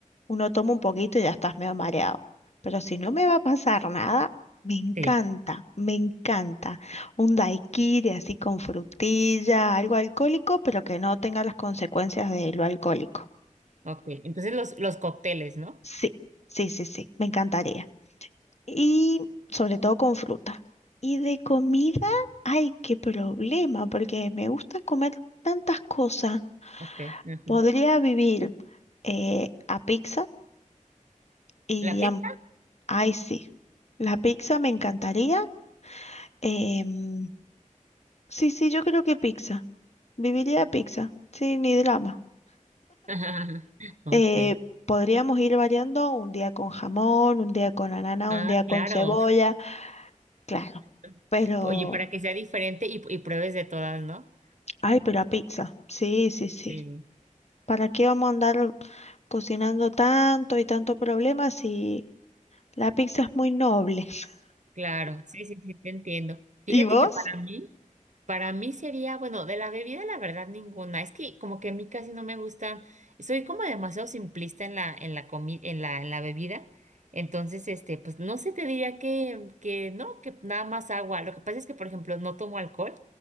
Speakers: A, on the left; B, on the right.
A: uno toma un poquito y ya estás medio mareado. Pero si no me va a pasar nada, me encanta,
B: Sí,
A: me encanta. Un daiquiri así con frutilla, algo alcohólico, pero que no tenga las consecuencias de lo alcohólico.
B: ok. Entonces los, los cócteles, ¿no?
A: Sí, sí, sí, sí, me encantaría. y sobre todo con fruta. Y de comida, ay, qué problema, porque me gusta comer tantas cosas.
B: Ok. ajá.
A: Podría vivir eh, a pizza y
B: ¿La pizza?
A: am-
B: <laughs>
A: ay, sí. La pizza me encantaría. em, sí, sí, yo creo que pizza. Viviría de pizza, sí, ni drama.
B: Ajá, ajá, ajá.
A: Eh,
B: Ok.
A: podríamos ir variando un día con jamón, un día con ananá,
B: Ah,
A: un día con
B: claro.
A: cebolla, claro.
B: <laughs>
A: Pero,
B: Oye, para que sea diferente y, y pruebes de todas, ¿no?
A: ay, pero a pizza, sí, sí, sí.
B: Sí.
A: ¿Para qué vamos a andar cocinando tanto y tanto problema si la pizza es muy noble? <laughs>
B: Claro, sí, sí, sí, te entiendo. Fíjate
A: ¿Y vos?
B: que para mí, Para mí sería, bueno, de la bebida la verdad ninguna. Es que como que a mí casi no me gustan. Soy como demasiado simplista en la en la comi- en la en la bebida. Entonces, este, pues no sé, te diría que que no, que nada más agua. Lo que pasa es que, por ejemplo, no tomo alcohol.